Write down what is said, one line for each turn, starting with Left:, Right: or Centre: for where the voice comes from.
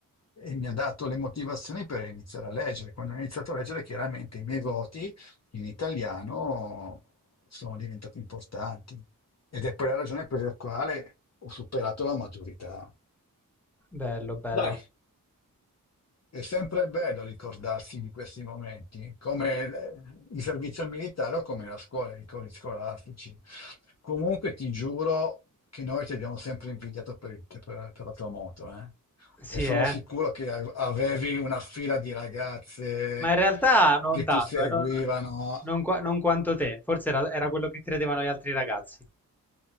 Left: e mi ha dato le motivazioni per iniziare a leggere. Quando ho iniziato a leggere, chiaramente i miei voti in italiano sono diventati importanti. Ed è poi la ragione per la quale ho superato la maturità.
Centre: bello, bello.
Left: Dai, è sempre bello ricordarsi di questi momenti, come il il servizio militare o come la scuola, i ricordi scolastici. Comunque ti giuro che noi ti abbiamo sempre invidiato per, il- per- per la tua moto, eh?
Centre: Sì,
Left: E sono
Centre: eh.
Left: sicuro che a- avevi una fila di ragazze
Centre: Ma in realtà non
Left: che
Centre: tanto,
Left: ti seguivano.
Centre: eh, non, non qua- non quanto te. Forse era, era quello che credevano gli altri ragazzi.